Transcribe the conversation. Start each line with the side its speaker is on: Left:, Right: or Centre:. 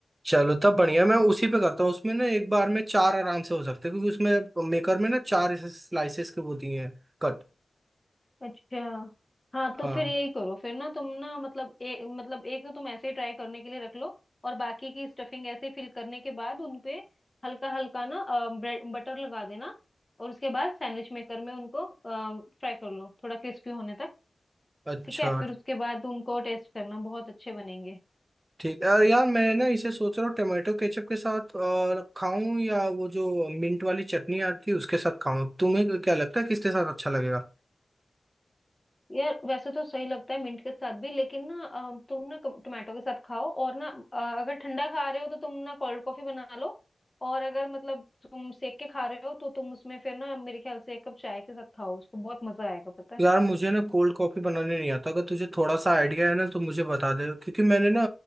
Right: चलो तब बढ़िया मैं उसी पे करता हूँ उसमें ना एक बार में चार आराम से हो सकते हैं क्योंकि उसमें मेकर में ना चार स्लाइसेस के वो दिए हैं कट
Left: अच्छा हाँ तो
Right: हाँ
Left: फिर यही करो फिर ना तुम ना मतलब एक मतलब एक तो तुम ऐसे ही ट्राई करने के लिए रख लो और बाकी की स्टफिंग ऐसे ही फिल करने के बाद उनपे हल्का हल्का ना ब्रेड बटर लगा देना और उसके बाद सैंडविच मेकर में उनको फ्राई कर लो थोड़ा क्रिस्पी होने तक
Right: अच्छा
Left: ठीक है फिर उसके बाद उनको टेस्ट करना बहुत अच्छे बनेंगे
Right: ठीक है और यार मैं ना इसे सोच रहा हूँ टमाटो केचप के साथ और खाऊं या वो जो मिंट वाली चटनी आती है उसके साथ खाऊं तुम्हें क्या लगता है किसके साथ अच्छा लगेगा
Left: यार वैसे तो सही लगता है मिंट के साथ भी लेकिन ना अ, तुम ना क- टोमेटो के साथ खाओ और ना अ, अगर ठंडा खा रहे हो तो तुम ना कोल्ड कॉफी बना लो और अगर मतलब तुम सेक के खा रहे हो तो तुम उसमें फिर ना मेरे ख्याल से एक कप चाय के साथ खाओ उसको बहुत मजा आएगा पता है
Right: यार मुझे ना कोल्ड कॉफी बनाने नहीं आता अगर तुझे थोड़ा सा आइडिया है ना तो मुझे बता दे क्योंकि मैंने ना